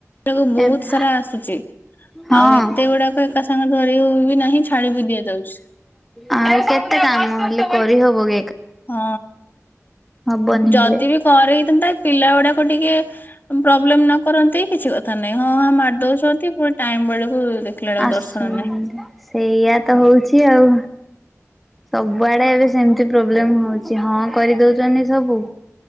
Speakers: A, on the left (about 35°); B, in the centre.
A: ସେଟାକୁ ବହୁତ
B: ଏବେ
A: ସାରା ଆସୁଛି ।
B: ହଁ।
A: ଆଉ ଏତେ ଗୁଡାକ ଏକା ସାଙ୍ଗ ଧରି ହ ବି ନାହିଁ ଛାଡି ବିି ଦିଆଯାଉଛି ।
B: ଆଉ କେତେ କାମ ହେଲେ କରିହବ ଗ
A: ହଁ
B: ହବନି
A: ଯଦି
B: ହେଲେ।
A: ବି କରେଇଥାନ୍ତା, ପିଲା ଗୁଡାକ ଟିକେ ପ୍ରୋବ୍ଲେମ ନ କରନ୍ତି କିଛି କଥା ନାଇଁ, ହଁହା ମାରି ଦଉଛନ୍ତି, ପୁଣି ଟାଇମ ବେଳକୁ ଦେଖିଲା ବେଳକୁ
B: ଆସ
A: ଦର୍ଶନ ନାହିଁ।
B: ସେଇଆ ତ ହଉଛି ଆଉ ସବୁଆଡେ ଏବେ ସେମତି ପ୍ରୋବ୍ଲେମ ହଉଛି, ହଁ କରିଦଉଛନ୍ତି ସବୁ